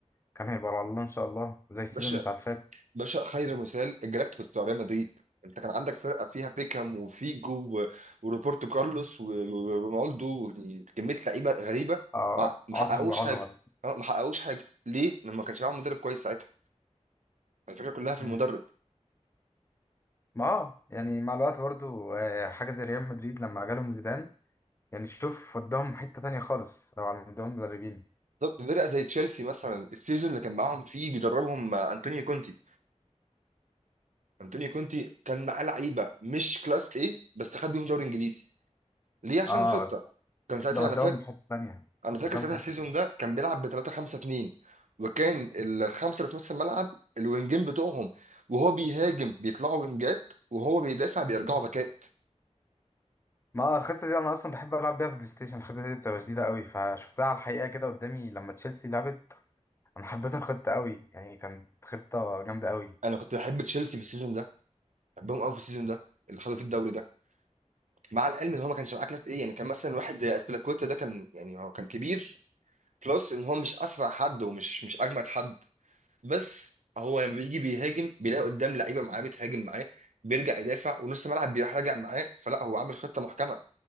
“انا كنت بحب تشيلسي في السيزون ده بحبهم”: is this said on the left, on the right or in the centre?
Right